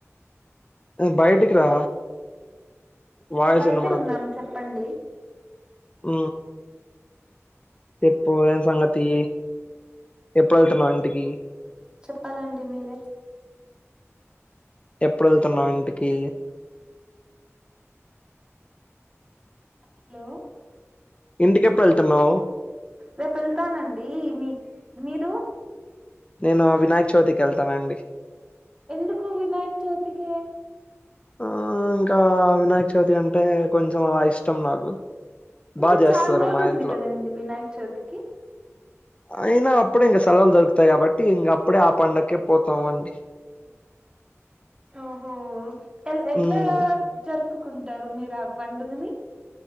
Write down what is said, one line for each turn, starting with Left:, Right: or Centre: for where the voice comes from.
Left: బయటికిరా వాయిస్
Right: బయటే
Left: వినపడట్లే
Right: ఉన్నాం చెప్పండి
Left: ఆ చెప్పువే సంగతి ఎప్పుడేళ్తునావ్ ఇంటికి
Right: చెప్పాలండి మీరే
Left: ఎప్పుడు వెళ్తున్నావు ఇంటికి
Right: హలో
Left: ఇంటికి ఎప్పుడు వెళ్తున్నావు
Right: రేపు వెళ్తానండి మీ మీరు
Left: నేను వినయక చవితికి వెళ్తాన అండి
Right: ఎందుకు వినాయక్ చౌతికి
Left: ఆ ఇంకా వినాయక చవితి అంటే కొంచెం ఇష్టం నాకు
Right: ఇంక
Left: బాగా చేస్తారు
Right: చాల రోజులు
Left: మా
Right: ఉంది
Left: ఇంట్లో
Right: కదండి వినాయక చవితికి
Left: అయినా అప్పుడే ఇంక సెలవులు దొరుకుతాయి కాబట్టి ఇంగ అప్పుడే ఆ పండక్కే పోతాం అండి
Right: ఓహో ఎట్ల
Left: హ్మ్
Right: జరుపు కుంటారు మీరు ఆ పండుగని